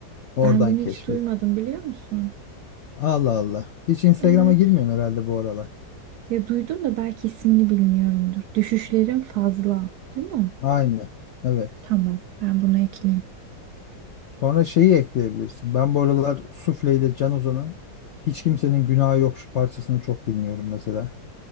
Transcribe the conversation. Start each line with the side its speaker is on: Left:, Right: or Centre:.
Left: Oradan
Right: Ben bunu
Left: keşfet.
Right: hiç duymadım biliyor musun?
Left: Allah Allah. Hiç Instagram'a
Right: Evet.
Left: girmiyorsun herhalde bu aralar.
Right: Ya duydum da belki ismini bilmiyorumdur. Düşüşlerin fazla. Bu mu?
Left: Aynı. Evet.
Right: Tamam. Ben bunu ekleyeyim.
Left: Sonra şeyi ekleyebilirsin. Ben bu aralar Sufle ile Can Ozan'ın Hiç Kimsenin Günahı Yok şu parçasını çok dinliyorum mesela.